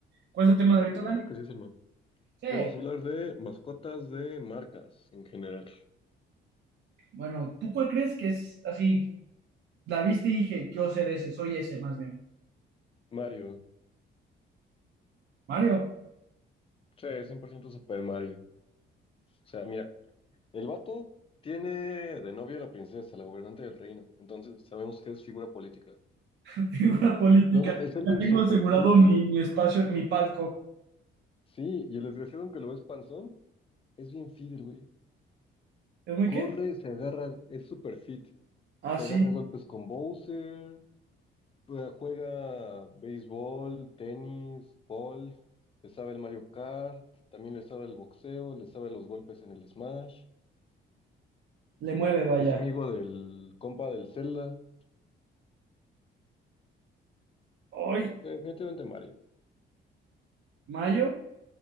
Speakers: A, on the right (about 60°); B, on the left (about 30°).
A: ¿Cuál es el tema
B: Eh,
A: de ahorita,
B: pues yo
A: Dani?
B: creo que sí, Salma.
A: Sí.
B: Y vamos a hablar de mascotas de marcas en general.
A: Bueno, ¿tú cuál crees que es así? La viste y dije, quiero ser ese, soy ese más bien.
B: Mario.
A: Mario,
B: Sí, 100% Super Mario. O sea, mira, el vato tiene de novio a la princesa, la gobernante del reino. Entonces sabemos que es figura política.
A: <laughs> figura política.
B: Luego, es alguien
A: Ya tengo
B: super
A: asegurado
B: fit.
A: mi, mi espacio, mi palco.
B: Sí, y el desgraciado, aunque lo ves panzón, es bien fit el güey.
A: ¿Es muy
B: Corre,
A: qué?
B: se agarra, es super fit.
A: Ah,
B: Se
A: sí,
B: agarra a golpes con Bowser. eh, Juega béisbol, tenis, golf, le sabe el Mario Kart, también le sabe el boxeo, le sabe los golpes en el Smash,
A: le mueve, vaya.
B: es amigo del compa del Zelda,
A: Ay,
B: Sí, definitivamente Mario,
A: Mayo,